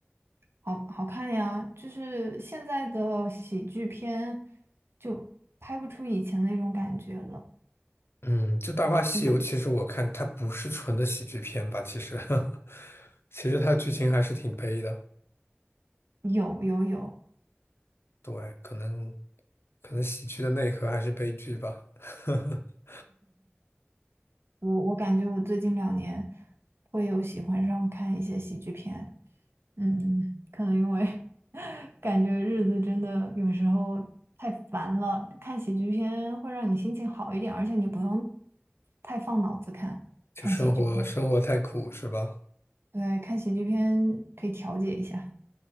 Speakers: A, on the right; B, on the left.
A: 好好看呀！就是现在的喜剧片就拍不出以前那种感觉了。
B: 嗯，就《大话西游》，
A: 嗯
B: 其实我看它不是纯的喜剧片吧，其实，<laughs> 其实它的剧情还是挺悲的。
A: 有有有，
B: 对，可能可能喜剧的内核还是悲剧吧。<laughs>
A: 我我感觉我最近两年会有喜欢上看一些喜剧片。嗯，可能因为 <laughs> 感觉日子真的有时候太烦了，看喜剧片会让你心情好一点，而且你不用太放脑子看，
B: 就生活生活太苦是吧？
A: 看喜剧片对，看喜剧片可以调节一下，